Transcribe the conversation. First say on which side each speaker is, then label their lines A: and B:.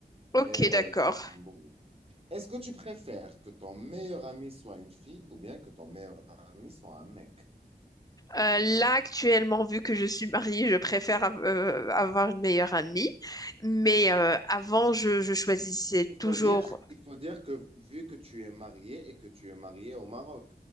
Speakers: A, on the left; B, on the right.
A: Ok,
B: et euh,
A: d'accord.
B: être un bourreau. Est-ce que tu préfères que ton meilleur ami soit une fille ou bien que ton meilleur ami soit un mec?
A: Euh, là, actuellement, vu que je suis mariée, je préfère av- euh, avoir une meilleure amie. Mais euh, avant, je, je choisissais
B: Il faut
A: toujours.
B: dire, il faut dire que vu que tu es marié et que tu es marié au Maroc,